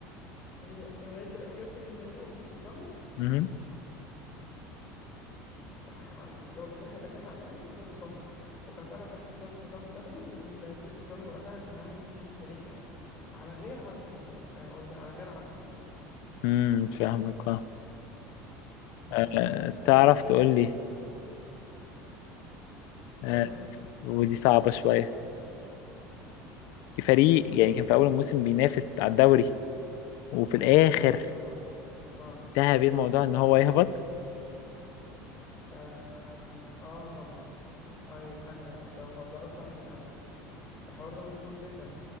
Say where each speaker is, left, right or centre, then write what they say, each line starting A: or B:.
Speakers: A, on the left (about 20°); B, on the left (about 55°).
A: هي- يعني انت اجابتك النهائيه شريف اكرامي
B: امم
A: صح مع الإجابة صحيحة ده كان مع الأهلي في 2016 وكان فعلا تحت قيادة حسام البدري والشريف إكرامي وقتها كان عامل موسم تاريخي يعني على غير عادته يعني فاهم قصدي على غير عادته
B: امم فاهمك فاهم
A: بس
B: آه
A: آه.
B: تعرف تقول لي آه
A: قول لي
B: ودي صعبه شويه فريق يعني كان في اول الموسم بينافس على الدوري وفي الاخر
A: اه اه
B: انتهى بيه الموضوع ان هو يهبط
A: اه, آه طبعا ايوه ثانية ده مح- ده اصلا آه، الحوار ده مشهور جدا